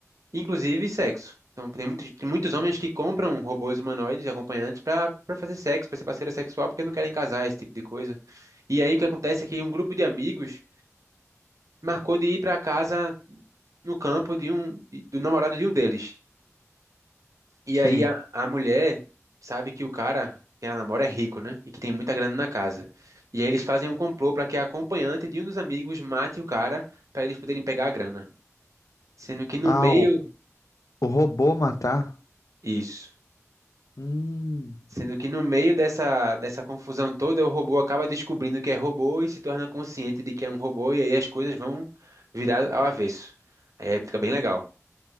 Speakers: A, on the right (about 75°); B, on the left (about 80°).
A: inclusive sexo. Então, tem muitos, tem muitos homens que compram robôs humanoides, acompanhantes, para para fazer sexo, para ser parceira sexual, porque não querem casar, esse tipo de coisa. E aí o que acontece é que um grupo de amigos marcou de ir para casa no campo de um de- do namorado de um deles. E aí
B: Sim.
A: a, a mulher sabe que o cara que ela namora é rico, né? E que tem muita grana na casa. E aí eles fazem um complô para que a acompanhante de um dos amigos mate o cara para eles poderem pegar a grana. Sendo que no
B: Ah,
A: meio
B: O robô matar?
A: isso,
B: Hum.
A: sendo que no meio dessa dessa confusão toda, o robô acaba descobrindo que é robô e se torna consciente de que é um robô e aí as coisas vão virar ao avesso. Aí fica bem legal.